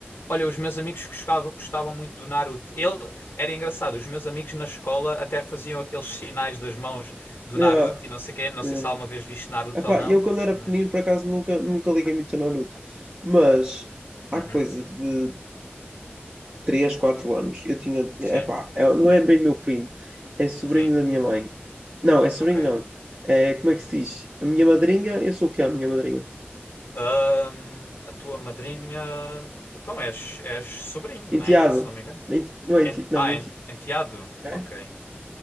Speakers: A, on the left (about 60°); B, on the right (about 35°).
A: Olha, os meus amigos gostavam, gostavam muito do Naruto. Ele era engraçado, os meus amigos na escola até faziam aqueles sinais das mãos do Naruto
B: Ah,
A: e não sei quê. Não
B: sim.
A: sei se alguma vez viste Naruto
B: Ah
A: ou não,
B: eu quando era
A: mas.
B: pequenino, por acaso, nunca, nunca liguei muito a Naruto. Mas, há
A: Uhum.
B: coisa de 3 4 anos, eu tinha...
A: Sim,
B: É é- não é bem meu primo, é sobrinho
A: sim,
B: da minha mãe. Não, é sobrinho
A: ok.
B: não. É, como é que se diz? A minha madrinha, eu sou o que é a minha madrinha?
A: Ahm, a tua madrinha. Então és, és sobrinho,
B: Enteado.
A: né? Se não me engano.
B: Enti- Não é
A: Ent-
B: enti... Não,
A: Ah,
B: enti...
A: en- enteado?
B: é?
A: Ok.